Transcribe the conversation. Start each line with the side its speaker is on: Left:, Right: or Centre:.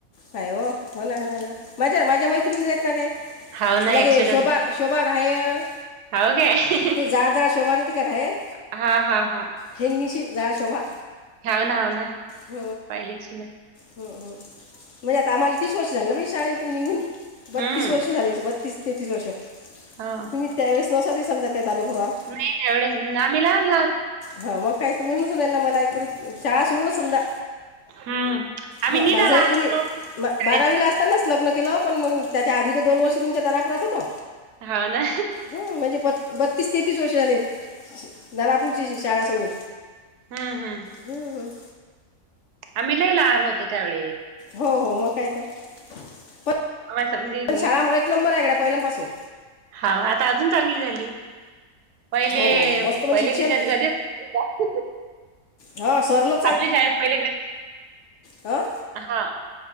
Left: काय हो हो ना ह हणा माझ्या माझ्या मैत्रिणीेच आहेत सगळ्या.
Right: हाव ना
Left: नाही
Right: एक्सिडेंट.
Left: गे शोभा शोभा घायल.
Right: ओके
Left: हे जाड जाड शोभा नव्हती काय घायल.
Right: हा हा हां
Left: हि निशी जाड शोभा.
Right: हाव ना हव ना.
Left: ह
Right: पाहिली अशील.
Left: हा हा म्हणजे आता आम्हाला तीस वर्ष झालं ना आम्हाला शाळेतुन निघून. बत्तीस
Right: हं,
Left: वर्ष झाले बत्तीस तेतीस वर्ष.
Right: हां
Left: तुम्ही त्यावेळेस नसा ते सजा त्या अलुपुरा.
Right: नाही त्यावेळेस आम्ही लहान लहान.
Left: हा मग काय तुम्हीन सुन आणला मला एकरी चा सु समजा
Right: हं. आम्ही
Left: ह
Right: निरा
Left: माझं
Right: लहान
Left: एकूरी
Right: होतो. शाळेत
Left: बारावीला असतानाच लग्न केलं पण मग त्याच्या आधी तर दोन वर्ष तुमच्या दारापुरात होतो.
Right: हा ना.
Left: य म्हणजे प बत्तीस तेतीस वर्ष झालेत दानापूरची शाळा सोडून.
Right: हा हा.
Left: हम्म हम्म.
Right: आम्ही लई लहान होतो त्यावेळी.
Left: हो हो मग काय तर. पण
Right: आम्हाला समजेही नाही.
Left: शाळा एक नंबर आहे इकडं पहिलमपासून.
Right: हा आता अजून चांगली झाली पहिले
Left: हो हो हो मस्त म्हणजे
Right: पहिले
Left: शिक्षण
Right: तिच्यात गादी रा <unintelligible>
Left: हा सरलं.
Right: आपल्या शाळेत पहिले ग
Left: हां
Right: हा